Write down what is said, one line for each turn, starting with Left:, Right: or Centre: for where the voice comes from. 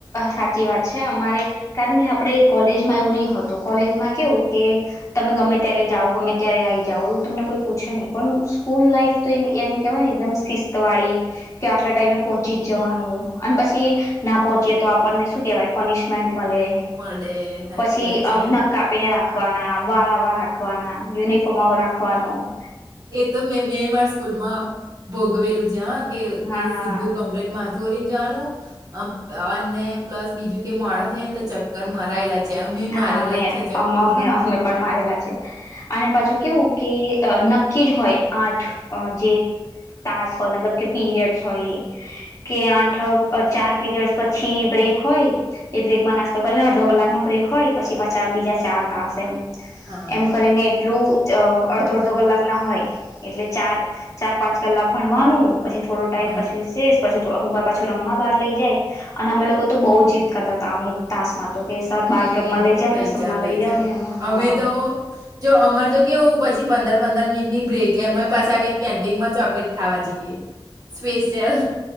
Left: સાચી વાત છે અમારે કારણ કે આપડે કોલેજમાં એવું નહી હતું કોલેજમાં કેવું કે તમે ગમે ત્યારે જાઓ ગમે ત્યારે આવઈ જાઓ એવું તમને કોઈ પૂછે નહીં પણ સ્કૂલ લાઈફ તો એ એમ કેહેવાય ને એકદમ શિસ્ત વાળી કે આટલા ટાઈમે પોહોંચી જ જવાનું અન પછી ના પહોંચીએ તો આપણને શું કેહેવાય પનિશમેન્ટ મલે
Right: મળે સાચી
Left: પછી
Right: વાત છે
Left: આમ નખ કાપીને રાખ વાળાવા રાખવાના યુનિફોર્મ રાખવાનું.
Right: એ તો મે મે માર સ્કૂલમાં ભોગવેલું જ્યા કે
Left: હા
Right: તે સીધું કમરેટમાં ધોરીને જવાનું અને પ્લસ બીજું કે મોડા થઈ ને તો ચક્કર માર રાયેલા છે અમે
Left: હા
Right: મારેલા
Left: મેં
Right: છે ચક્કર
Left: અમે અમે અમે પણ મારેલા છે. અને પાછું કેવું કે નક્કી જ હોય આઠ જે તાસ હોય મતલબ કે પીરિયડસ હોય ઇ કે આઠ ચાર પીરિયડ્સ પછી બ્રેક હોય તેટલેકમાં બ્રેકમાં નાસ્તો કરી લેવાનો અડધો કલાકનો બ્રેક હોય પછી પાછા બીજા ચાર તાસ એમ
Right: હા
Left: એમ કરીને એટલું જ અડધો અડધો કલાક ના હોય એટલે ચાર ચાર પાંચ કલાક ભણવાનું પછી થોડો ટાઈમ
Right: ભણવા
Left: પછી રિસેસ પછી અમુક વાર પાછું રમવા બહાર લઈ જાય અને અમે લોકો તો બઉ જીત કરતા હતા અમુક તાસ માં તો સર
Right: હમ
Left: બહાર રમવા
Right: લઈ
Left: ને રમવા
Right: જાવ લઈ જાવ
Left: ને એમ હા
Right: અમે તો જો અમાર તો કેવું પછી પંદર પંદર મિનિટની બ્રેક. એમાંય પાસે આ કઈક કેન્ટીનમાં ચોકલેટ ખાવા જઈએ સ્પેશિયલ